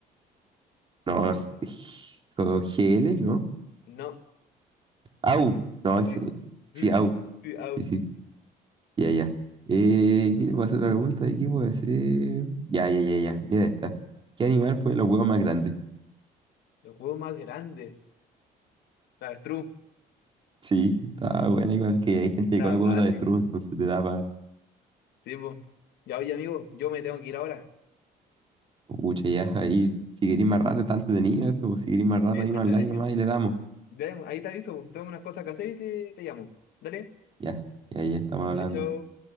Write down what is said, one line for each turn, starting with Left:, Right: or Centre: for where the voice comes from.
Right: No, es- GL, ¿no?
Left: No.
Right: AU. No,
Left: Sí,
Right: ese. Sí,
Left: sí, sí,
Right: AU.
Left: sí, sí, au.
Right: Sí, sí. Ya, ya. Eh, ¿qué le puedo hacer otra pregunta? ¿De qué puedo hacer? Ya, ya, ya, ya. Mira esta. ¿Qué animal pone los huevos más grandes?
Left: Los huevos más grandes. La avestruz.
Right: Sí, está bueno, igual que hay gente
Left: Está
Right: que come huevos
Left: fácil.
Right: de avestruz, entonces te da
Left: Sí, pues. Ya, oye, amigo, yo me tengo que ir ahora.
Right: Pucha, ya, <laughs> ahí, si queréis más rato, está entretenido esto, pues, si queréis más rato,
Left: Sí,
Right: ahí
Left: está
Right: más
Left: entretenido.
Right: online nomás y le damos.
Left: Ya, Ahí te aviso, pues. Tengo unas cosas que hacer y te, te llamo. Dale.
Right: Ya, ya, ya, estamos hablando.
Left: Vale, chao.